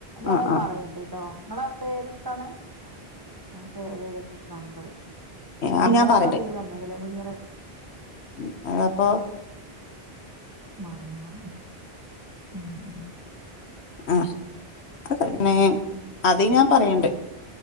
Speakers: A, on the right; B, on the left.
A: ഞാനത്
B: ആ ആ
A: പറയണ്ട്ട്ടോ നിങ്ങളെ പേരെത്താണ് ആഹ് സേവ് ചെയ്തക്ക നമ്പറ് മുനീറാന്ന
B: അത് ഞാൻ പറയണ്ട്
A: അതില് വന്നത് ലേ മുനീറ അല്ലേ
B: ഉം അയ്നപ്പോ
A: മറന്നോന്ന് ഉം
B: ആഹ്
A: ഉം.
B: <unintelligible>
A: അത് ഓർമ്മല്ല
B: അത് ഞാൻ പറയണ്ട്